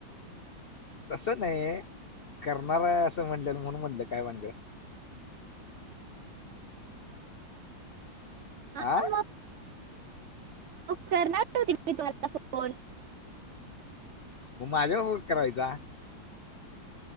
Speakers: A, on the left; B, on the right.
A: तसं नाही करणार, आहे असं म्हणलं म्हणून म्हणलं काय म्हणलं.
B: हा
A: आ
B: करणार होती मी तुमला फोन
A: म माझ्या वर करायचा.